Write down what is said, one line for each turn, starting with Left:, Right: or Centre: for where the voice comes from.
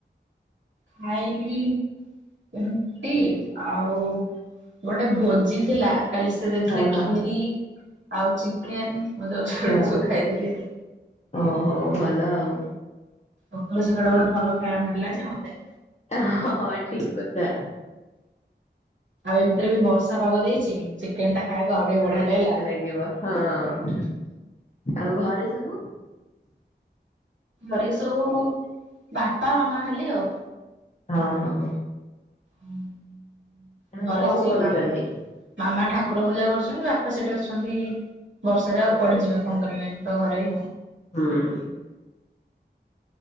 Right: ଖାଇଲିି ରୁଟି ଆଉ ଗୋଟେ ଭୋଜି ଥିଲା କାଲି ସେ ଦେଇଥିଲା
Left: ହଁ
Right: କ୍ଷୀରି
Left: ହଁ
Right: ଆଉ ଚିକେନ୍ ମୁଁ <unintelligible>
Left: ହଁ
Right: ଏଗୁଡ଼ା ସବୁ ଖାଇଦେଲି ଆଉ।
Left: ଓ ହଉ ଭଲ ଆଉ।
Right: ସକାଳୁ ସକାଳୁ ଗୋଟେ ଭଲ ଖାଇବା ମିଳିଲା ଯେ ମତେ।
Left: ହଁ ହଁ ଠିକ୍ କଥା।
Right: ଆଉ ଏମିତିରେ ବି ବର୍ଷାପାଗ ଦେଇଛି ଚିକେନଟା ଖାଇବାକୁ ଆଉ ଟିକେ ବଢିଆ ଲାଗିଲା।
Left: ଗିବ ହଁ, ଆଉ ଘରେ ସବୁ?
Right: ଘରେ ସବୁ ବାପା ମାମା ଖାଲି ଆଉ।
Left: ହଁ ହଁ।
Right: ହୁଁ
Left: ମାନେ
Right: ଘରେ
Left: କଣ
Right: ସେ
Left: କରୁଛନ୍ତି?
Right: ମାମା। ମାମା ଠାକୁର ପୂଜା କରୁଛନ୍ତି ବାପା ସେଠି ଅଛନ୍ତି। ବର୍ଷାରେ ଆଉ
Left: ହଁ
Right: କୁଆଡେଯିବେ କଣ କରିବେ ଏଠି ତ ଘରଇ ଆଉ।
Left: ହୁଁ।